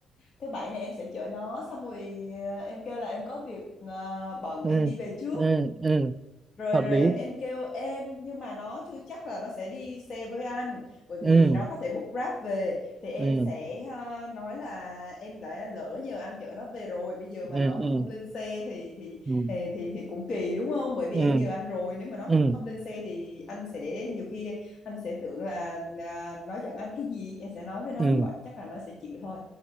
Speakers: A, on the left; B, on the right.
A: thứ bảy này em sẽ chở nó xong rồi ờ, em kêu là em có việc ờ, bận
B: ừ
A: em đi về trước
B: ừ ừ
A: rồi
B: hợp
A: rồi
B: lý
A: em em kêu em nhưng mà nó chưa chắc là nó sẽ đi xe với anh bởi
B: ừ
A: vì nó có thể book Grab về thì em
B: ừ
A: sẽ ờ, nói là em đã lỡ nhờ anh chở nó về rồi bây giờ mà
B: ừ
A: nó mà
B: ừ
A: không lên xe thì thì
B: ừ
A: thì thì, thì cũng kỳ đúng không bởi vì
B: ừ
A: em nhờ anh rồi nếu mà nó
B: ừ
A: không lên xe thì anh sẽ nhiều khi anh sẽ tưởng là à, nó giận anh cái gì em sẽ nói với nó
B: ừ
A: như vậy chắc là nó sẽ chịu thôi